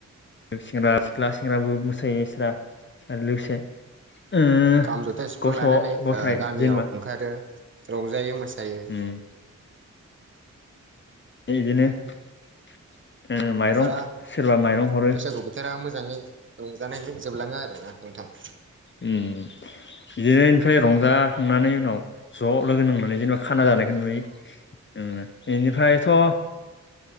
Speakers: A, on the left (about 40°); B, on the right (about 40°).
A: सेंग्रा सिख्ला सेंग्राबो मोसायोस्रा आरो लोगोसे ओ
B: खाम जथा सिफुं
A: गथ'
B: लानानै ओ
A: गथाय
B: गामियाव
A: जेनेबा
B: ओंखारो रंजायो मोसायो
A: उम बिदिनो माइरं
B: फुरा
A: सोरबा माइरं हरो
B: बैसागु बोथोरा मोजांङै रंजानायजों जोबलांङो आरोना नोंथां
A: ओम बिदिनो निफ्राय रंजाखांनानै उनाव ज' लोगो नांनानै जेनेबा खाना
B: औ
A: जानायखौ नुयो बेनिफ्रायथ'
B: औ